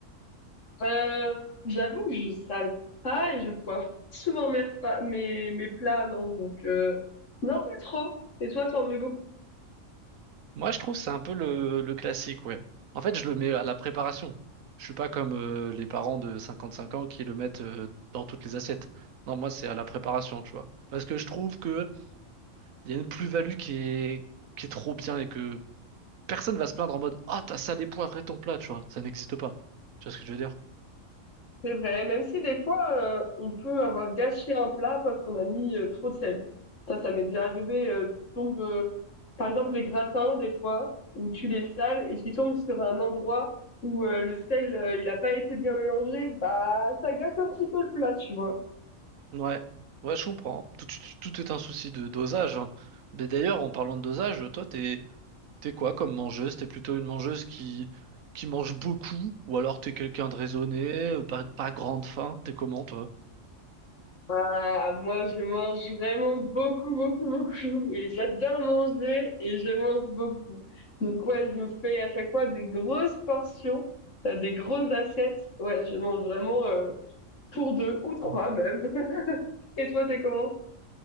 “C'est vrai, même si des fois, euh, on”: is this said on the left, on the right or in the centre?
Left